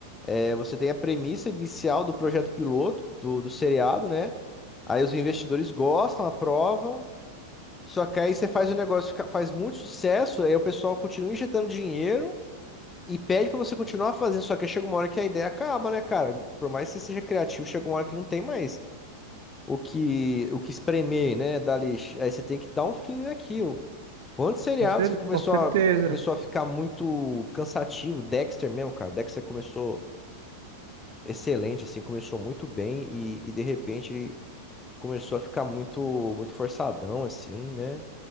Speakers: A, on the left; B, on the right.
A: É, você tem a premissa inicial do projeto piloto, do, do seriado, né? Aí os investidores gostam, aprovam. Só que aí você faz o negócio, fica- faz muito sucesso, aí o pessoal continua injetando dinheiro e pede pra você continuar fazendo. Só que aí chega uma hora que a ideia acaba, né, cara? Por mais que você seja criativo, chega uma hora que não tem mais o que, o que espremer, né, dali. Aí você tem que dar um fim naquilo. Quantos seriados
B: Com, cer
A: que começou
B: com certeza.
A: a, começou a ficar muito cansativo? Dexter mesmo, cara. Dexter começou excelente, assim, começou muito bem e, e de repente ele começou a ficar muito, muito forçadão, assim, né?